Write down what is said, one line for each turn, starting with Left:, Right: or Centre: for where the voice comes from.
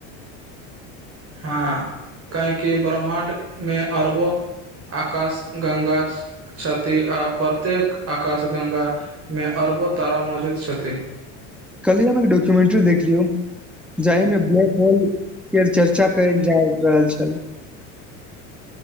Right: हाँ काहे कि ब्रह्माण्ड मे अरबो आकाश गङ्गा छै छथि आ प्रत्येक आकाश गङ्गामे अरबो तारा मौजूद छथि
Centre: कालिह हम एक डॉक्यूमेंट्री देखलियौ जाहि मे ब्लैक होल चर्चा केर जा रहल छल